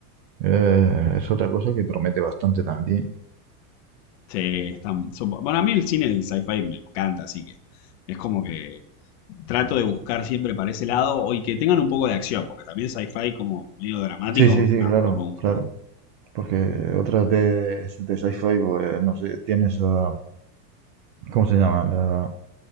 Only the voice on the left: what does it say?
Sí, están, son- bueno, a mí el cine del sci-fi me encanta, así que es como que trato de buscar siempre para ese lado y que tengan un poco de acción, porque también sci-fi como medio dramático,
no,
no me gusta.